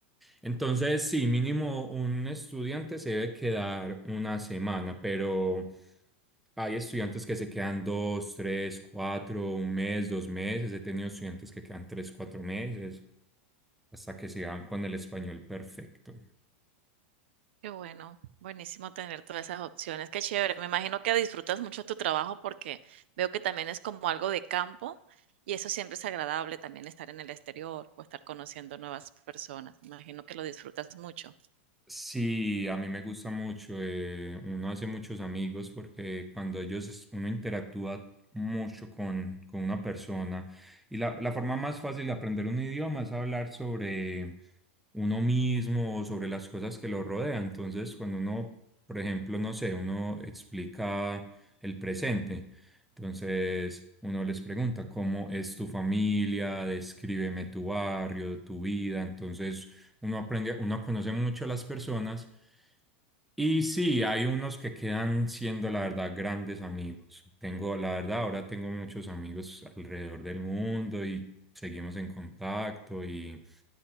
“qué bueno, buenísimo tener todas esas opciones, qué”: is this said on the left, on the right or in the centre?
Right